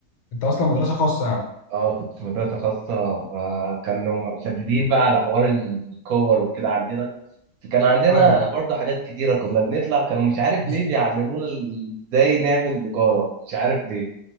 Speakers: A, on the left (about 75°); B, on the right (about 70°).
A: انت اصلا مدرسه خاصه يعني
B: اه كنت في مدرسة خاصة فكانوا مشددين بقى على حوار الكور وكده عندنا فكان عندنا
A: ايوه
B: برضه حاجات كتيرة كنا بنطلع كانوا مش عارف
A: بالظبط
B: ليه بيعلمونا ال- ازاي نعمل نجارة مش عارف ليه